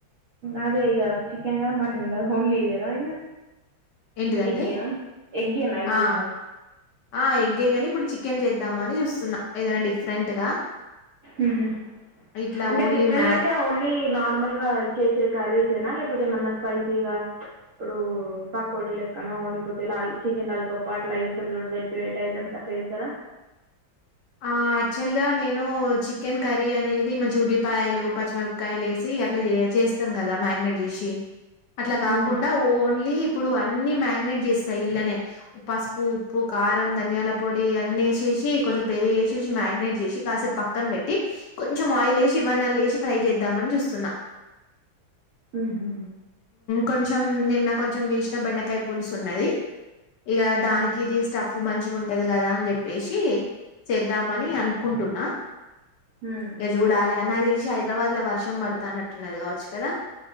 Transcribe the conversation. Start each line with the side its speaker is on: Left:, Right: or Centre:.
Right: అదే ఇగ చికెన్గా మటన్ హోన్లిదేన ఇగ
Left: ఏంటిదండి
Right: ఎగ్గేనా ఎగ్గేనా అయితే
Left: ఆ
Right: ఇంగ
Left: ఆ ఎగ్గే గానీ ఇప్పుడు చి చికెన్ చేద్దామని చూస్తున్న, ఏదైనా డిఫరెంట్ గా.
Right: ఉహు
Left: ఇట్లా
Right: అంటే
Left: ఓన్లీ
Right: డిఫరెంట్
Left: మ్యా
Right: గ అంటే ఓన్లీ నార్మల్ గా చేసే కర్రీ తెన లేకపోతే మొన్న స్పైసీగా, ఇప్పుడు పకోడి లెక్కనో, లేకపోతే లాల్ చికెన్ లాలిపప్పు అట్లా చేస్తారు చూడు వెరట్ వెరట్ ఐటమ్స్ అట్లా చేసరా?
Left: ఆ యాక్చువల్ గా నే నేను చికెన్ కర్రీ అనేది మంచి ఉల్లిపాయలు, పచ్చిమిరపకాయలు ఏసి అట్ల చే చేస్తాం కదా మ్యారినేట్ చేసి. అట్ల కాకుండ
Right: మ్మ్.
Left: ఓన్లీ ఇప్పుడు అన్ని మ్యాగ్నేట్ చేస్తయి ఇలనే పసుపు, ఉప్పు, కారం, ధనియాల పొడి అన్నేస్ ఏషి కొంచ్ పెరిగ్ ఏస్ చేసి మ్యాగ్నేట్ జెసి కాసేప్ ప కన్ పెట్టి కొ కొంచం ఆయిల్ ఎసి, ఇవ్వన్న లేసి ఫ్రై చేద్దామని చూస్తున్నా.
Right: ఉహు
Left: కొంచం నిన్న కొంచం చేసిన బెండకాయ పులుసున్నది. ఇగ దానికి
Right: మ్మ్.
Left: ఇది స్టఫ్ మంచిగుంటది కదా అన్ చెప్ పేషీ చేద్దామని అనుకుంటున్నా
Right: మ్మ్.
Left: ఇగ జుడాలన్నదిలిసి హైదరాబాదులా వర్స షం పడతానట్టున్నది కావచ్చు కదా